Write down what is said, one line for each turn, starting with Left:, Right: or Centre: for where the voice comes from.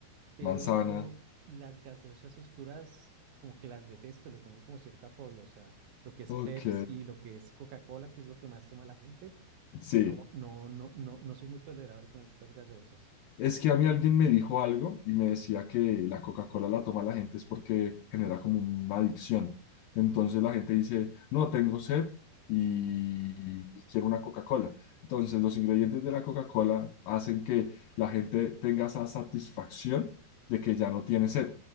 Right: Pero
Left: manzana,
Right: las gaseosas oscuras, como que las detesto, le tengo como cierta fobia. O sea, lo que es
Left: ok,
Right: Pepsi, lo que es Coca-Cola, que es lo que más toma la gente.
Left: sí.
Right: No, no, no, no, no soy muy tolerable con estas gaseosas.
Left: Es que a mí alguien me dijo algo y me decía que la Coca-Cola la toma la gente es porque genera como una adicción. Entonces la gente dice, no, tengo sed y, y quiero una Coca-Cola. Entonces los ingredientes de la Coca-Cola hacen que la gente tenga esa satisfacción de que ya no tiene sed.